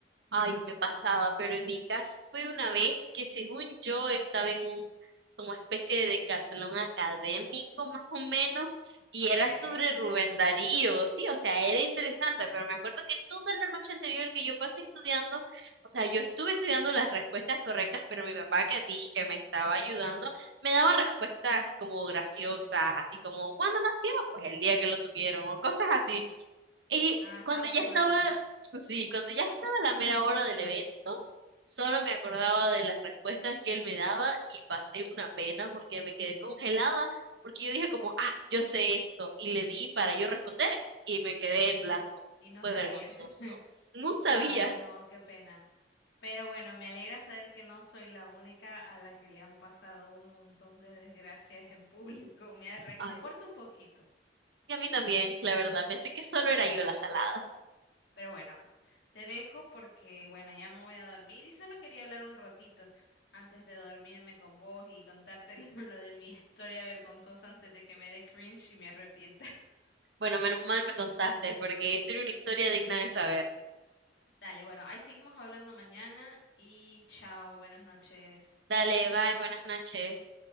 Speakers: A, on the right; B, on the left.
A: Ay, me pasaba, pero en mi caso fue una vez que según yo estaba en un como especie de decatlón académico más o menos y
B: Ok,
A: era sobre
B: interesante.
A: Rubén Darío, sí, o sea, era interesante, pero me acuerdo que toda la noche anterior que yo pasé estudiando, o sea, yo estuve estudiando las respuestas correctas, pero mi papá que dije que me estaba ayudando, me daba respuestas como graciosas, así como ¿cuándo nació? Pues el día que lo tuvieron o cosas así. Y
B: Ah, estaba
A: cuando
B: jugando
A: ya estaba, sí, cuando ya estaba la mera hora del evento, solo me acordaba de las respuestas que él me daba y pasé una pena porque me quedé congelada, porque yo dije como, ah, yo sé esto, y le di para yo responder y me quedé en blanco.
B: y no
A: Fue
B: sabías.
A: vergonzoso.
B: <laughs>
A: No sabía.
B: Ay, no, qué pena. Pero bueno, me alegra saber que no soy la única a la que le han pasado un montón de desgracias en público. <laughs> Me reconforta
A: Ay,
B: un poquito.
A: y a mí también, la verdad, pensé que solo era yo la salada.
B: Pero bueno, te dejo porque, bueno, ya me voy a dormir y solo quería hablar un ratito antes de dormirme con vos y contarte <laughs> lo de mi historia vergonzosa antes de que me dé cringe y me arrepienta. <laughs>
A: Bueno, menos mal me contaste porque sería una historia digna de saber.
B: Dale, bueno, ahí seguimos hablando mañana y chao, buenas noches.
A: Dale, bye, buenas noches.